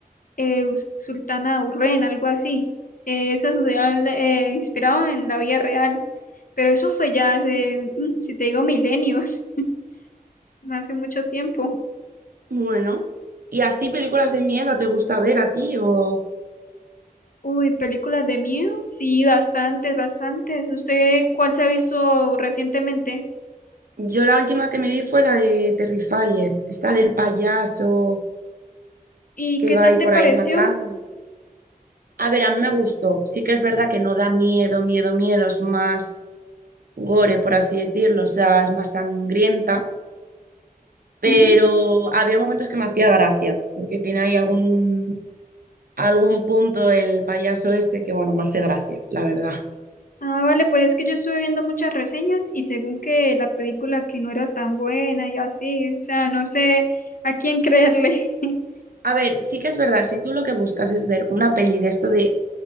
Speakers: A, on the left; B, on the right.
A: eh, us- Sultana Urren, algo así. Eh, esa sucedió en- eh, inspirado en la vida real. Pero eso fue ya hace, mm, si te digo, milenios, <laughs> hace mucho tiempo.
B: Bueno, ¿Y así películas de miedo te gusta ver a ti? O
A: Uy, películas de miedo, sí, bastantes, bastantes. ¿Usted cuál se ha visto recientemente?
B: yo la última que me vi fue la de Terrifier, esta del payaso
A: ¿Y
B: que
A: qué
B: va
A: tal
B: ahí
A: te
B: por
A: pareció?
B: ahí matando. A ver, a mí me gustó. Sí que es verdad que no da miedo, miedo, miedo, es más. gore, por así decirlo, o sea, es más sangrienta, pero
A: Ujú.
B: había momentos que me hacía gracia, porque tiene ahí algún, algún punto el payaso este que, bueno, me hace gracia, la verdad.
A: Ah, vale, pues es que yo estuve viendo muchas reseñas y según que la película que no era tan buena y así, o sea, no sé a quién creerle. <laughs>
B: A ver, sí que es verdad, si tú lo que buscas es ver una peli de esto de,